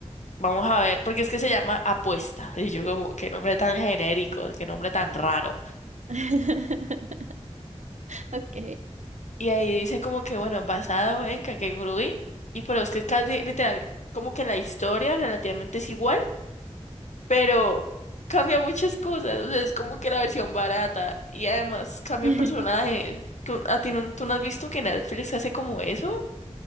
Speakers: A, on the left (about 80°); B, on the right (about 85°).
A: Vamos a ver, porque es que se llama Apuesta. Y yo como, qué nombre tan genérico, qué nombre tan raro.
B: <laughs> Ok.
A: Y ahí dice como que, bueno, basado en Kakegurui, y pero es que casi literal, como que la historia relativamente es igual, pero cambia muchas cosas, o sea, es como que la versión barata y además cambian
B: <laughs>
A: personajes. ¿Tú, a ti no, tú no has visto que Netflix hace como eso?